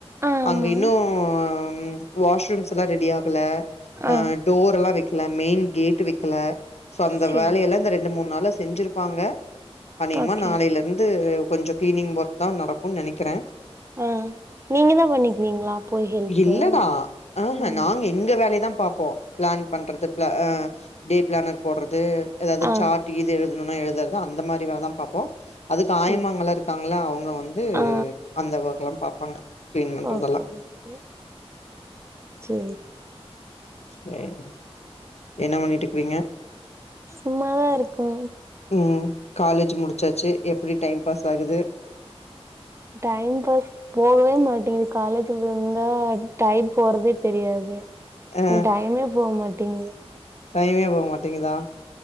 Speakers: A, on the right; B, on the left.
A: ஆ ஆமா
B: அங்க இன்னு ஆஹ் ம் வாஷ்ரூம்ஸ்லா ரெடி ஆகல
A: ஆ
B: ஆஹ் டோர்லா வ க்கல மெயின் கேட் வைக்கல சோ அந்த
A: சேரி
B: வேலையெல்லா இந்த ரெண்டு மூணு நாலா செஞ்சிருப்பாங்க அனேகமா
A: ஓகே
B: நாளையிலருந்து கொஞ்சோ கிளீனிங் வொர்க்தா நடக் னு நினைக்கிற
A: ஆஹ் நீங்க தா பண்ணிக்குவீங்களா போய் ஹெல்ப்பு
B: இல்லடா ஆஹ
A: ஆஹ்
B: நாங்க எங்க வேலையதா பாப்போ பிளான் பண்றது பிள அ டே ப்ளானர் போட்ற து எதாவ்து
A: ஆ
B: சாட் ஈது எழு துனோனா எழுதற்து அந்த மாரி வேலதா பாப்போ அதுக்கு ஆயமாங்கல்லா
A: சேரி
B: இருக்காங்கள அவுங்க வந் கு
A: ஆ
B: அந்த வ ல்லாம் பாப்பாங்க கிளீன் பண்றதெல்லா
A: ஓகே ஓகே செரி
B: சேரி என்ன பண்ணிட்டு இருக்றிங்க
A: சும்மாதா இருக்கோ
B: ம் காலேஜு முடிச்சாச்சு எப்படி டைம் பாஸ் ஆகுது
A: டைம் பாஸ் போகவே மாட்டேங்குது காலேஜ்ல இருந்தா டைம் போறதே தெரியாது
B: அ
A: இங் டைமே போக மாட் டிங்து
B: டைமே போக மாட் டிங்குதா